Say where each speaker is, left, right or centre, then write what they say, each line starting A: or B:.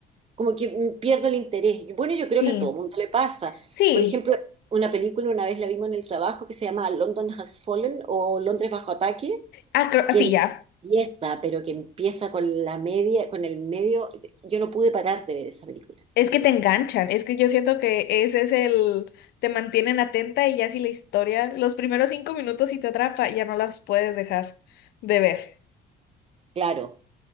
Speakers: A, on the right; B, on the left.
A: como que pierdo el interés. Bueno, yo creo
B: Sí,
A: que a todo mundo le pasa.
B: sí,
A: Por ejemplo, una película una vez la vimos en el trabajo que se llama London Has Fallen o Londres bajo ataque,
B: ah, creo-
A: que
B: ah, sí, ya.
A: empieza, pero que empieza con la media, con el medio. Yo no pude parar de ver esa película.
B: Es que te enganchan, es que yo siento que ese es el, te mantienen atenta y ya si la historia, los primeros cinco minutos si te atrapa, ya no las puedes dejar de ver.
A: Claro,